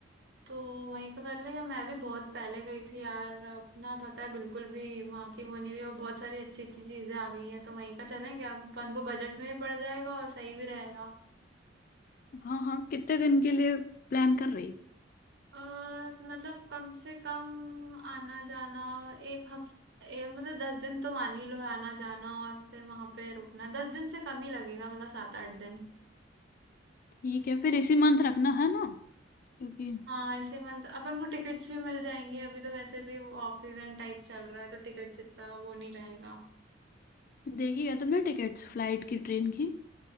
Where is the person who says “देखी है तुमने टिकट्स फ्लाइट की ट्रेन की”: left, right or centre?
Left